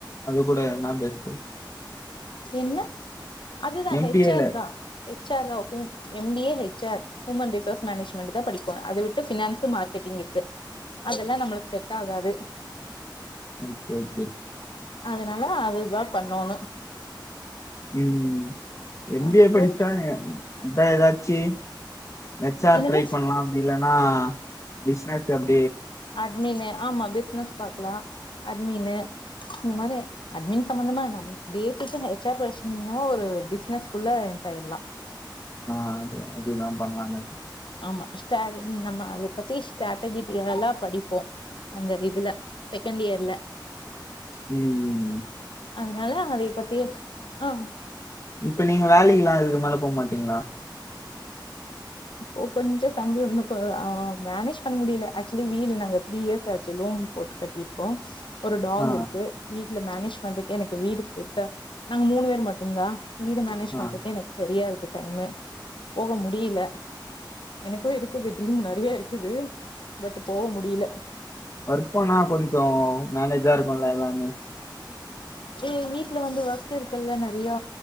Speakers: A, on the left (about 40°); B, on the left (about 80°).
A: அது கூட என்னா பெஸ்ட்டு
B: என்ன அதுதா
A: எம்பிஏல
B: ஹெச் ஆர் தா ஹெச் ஆரோ ஹும் M B A H R human resource management தா படிக்கோனு அத விட்டு ஃபினான்ஸ் மார்க்கெட்டிங் இருக்கு அதெல்லா நம்மளுக் செட் ஆகாது
A: ஹம் கே ஓகே
B: அதனால அதுதா பண்ணோணு
A: உம் ம் எம்
B: அப்றோ
A: பி ஏ படிச்சாங்க அப்பற எதாச்சி ஹெச் ஆர்
B: என்னது
A: ட்ரை பண்ணலா அப்படில்ல ஆனா <unintelligible>
B: அட்மினு ஆமா பிஸ்னஸ் பாக்கலா அட்மினு இந்த மாரி அட்மின் சம்மதமா நம் <unintelligible> ஹெச் ஆர் படிச்சிருந்தீங்கனா ஒரு பிசினஸ்குள்ள எண்டராயிரலாம்
A: ஆஹ் அது அது நா பண்ண மாட்ட
B: ஆமா ஸ்டே நம்ம அதை பத்தி ஸ்ட்ராட்டஜிட்டிகல்லா படிப்போ அந்த இதுல செகண்ட் இயர்ல
A: ம்
B: அதனால அதைய பத்தி ஆஹம்
A: இப்ப நீங்க வேலைக்குல இதுக்கு மேல போக மாட்டீங்களா
B: ஒ கொஞ்சோ தம்பி உண்ணு அவ மேனேஜ் பண்ண முடியல ஆக்சுலி வீடு நாங்க த்ரீ இயர்ஸ் ஆச்சு லோன் போட்டு கட்டியிருக்கோ ஒரு டாக்
A: ஆ
B: இருக்கு வீ இல்ல மேனேஜ் பண்றதுக்கே எனக்கு வீடு கிட்ட நாங்க மூணு பேரு மட்டும்தா வீடு மேனேஜ்
A: ஆ
B: பண்றக்கே எனக்கு சரியா இருக் டைமு போக முடியல எனக்கு இருக்குது ட்ரீம் நெறைய இருக்குது பட் போக முடியல
A: ஒர்க்போன கொஞ்ஜோ மேனேஜா இருக்குல எல்லாமே
B: ஏ வீட்ல வந்து ஒர்க் இருக்குல்ல நெறைய